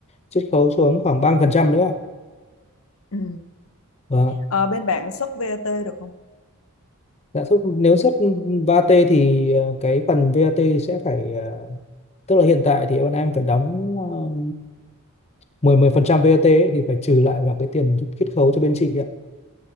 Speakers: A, on the left; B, on the left.
A: chiết khấu xuống khoảng 30% nữa ạ.
B: ừ.
A: Vâng. ạ.
B: Ờ, bên bạn xuất VAT được không?
A: Lãi suất nếu xuất VAT thì ờ, cái phần VAT sẽ phải ờ, tức là hiện tại thì bọn em phải đóng ờ, 10 10% VAT ấy, thì phải trừ lại vào cái tiền chiết khấu cho bên chị ạ.